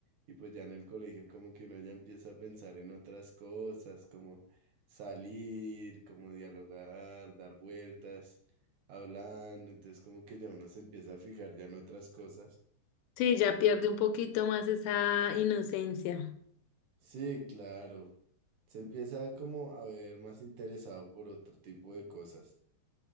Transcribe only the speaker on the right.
y pues ya en el colegio como que uno ya empieza a pensar en otras cosas, como salir, como dialogar, dar vueltas, hablando, entonces como que ya uno se empieza a fijar ya en otras cosas.
Sí, claro, se empieza como a ver más interesado por otro tipo de cosas.